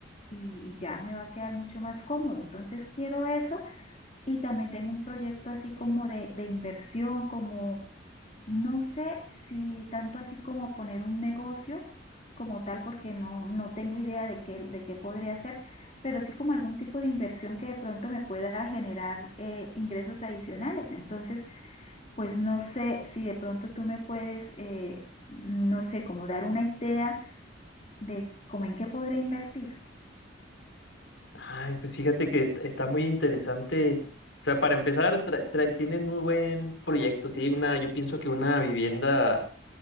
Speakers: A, on the left; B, on the left.
A: y, y ya me va a quedar mucho más cómodo. Entonces quiero eso y también tengo un proyecto así como de, de inversión, como no sé si tanto así como poner un negocio como tal, porque no, no tengo idea de qué, de qué podría hacer, pero sí como algún tipo de inversión que de pronto me pueda generar eh, ingresos adicionales. Entonces, pues no sé si de pronto tú me puedes, eh, no sé, como dar una idea de cómo en qué podría invertir.
B: Ay, pues fíjate que est- está muy interesante. O sea, para empezar, tra- tra- tienen muy buen proyecto, sí, una, yo pienso que una vivienda